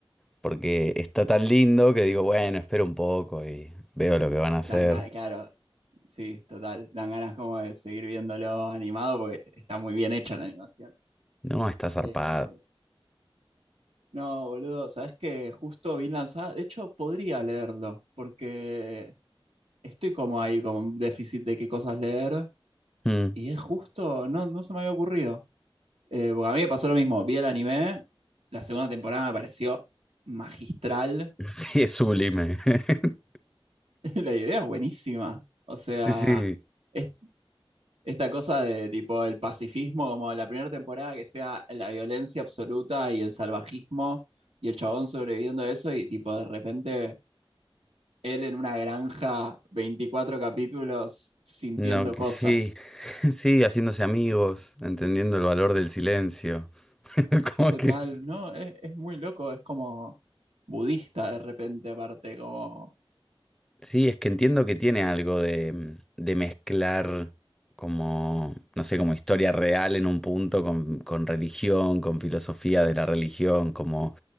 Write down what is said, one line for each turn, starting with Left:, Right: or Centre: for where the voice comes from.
Centre: porque está tan lindo que digo, bueno, espero un poco y veo lo que van a hacer.
Right: dan ganas, claro, sí, total. Dan ganas como de seguir viéndolo animado porque está muy bien hecha la animación.
Centre: No, está zarpado.
Right: Eh, no, boludo, sabes que justo vi lanzada. De hecho, podría leerlo porque estoy como ahí, con un déficit de qué cosas leer.
Centre: Mm.
Right: Y es justo, no, no se me había ocurrido. Eh, porque a mí me pasó lo mismo. Vi el anime, la segunda temporada me pareció magistral.
Centre: <laughs> Sí, es sublime. <laughs>
Right: <laughs> La idea es buenísima. O sea,
Centre: Sí, sí.
Right: es esta cosa de tipo el pacifismo, como la primera temporada que sea la violencia absoluta y el salvajismo y el chabón sobreviviendo a eso y tipo de repente él en una granja, 24 capítulos sintiendo
Centre: No, que
Right: cosas.
Centre: sí, <laughs> sí, haciéndose amigos, entendiendo el valor del silencio. <laughs> Como
Right: Total,
Centre: que es-
Right: ¿no? Es, es muy loco, es como budista de repente aparte, como...
Centre: Sí, es que entiendo que tiene algo de, mm, de mezclar como, no sé, como historia real en un punto con, con religión, con filosofía de la religión, como